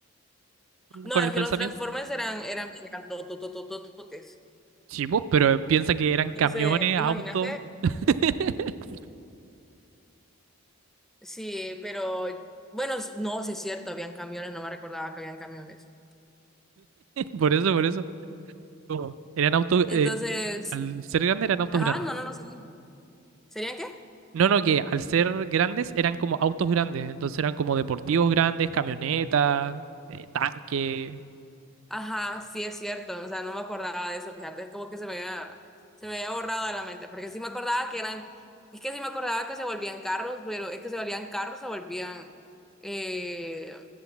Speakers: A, in the centre; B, on the right (about 70°).
A: No,
B: con
A: es
B: el pensamiento.
A: que los Transformers eran, eran bien grandotototototes.
B: Sí, pues, pero piensa que eran camiones,
A: Entonces, imagínate,
B: autos. <laughs>
A: sí, pero bueno, s- no, sí es cierto, habían camiones, no me recordaba que habían camiones.
B: Por eso, por eso. Como, Eran autos,
A: Entonces,
B: eh, Al ser grandes eran autos
A: ajá,
B: grandes.
A: no, no, no, sí. ¿Serían qué?
B: No, no, que al ser grandes eran como autos grandes. Entonces eran como deportivos grandes, camionetas, eh, tanques.
A: Ajá, sí es cierto, o sea, no me acordaba de eso, fíjate, es como que se me había, se me había borrado de la mente, porque sí me acordaba que eran, es que sí me acordaba que se volvían carros, pero es que se volvían carros, se volvían eh,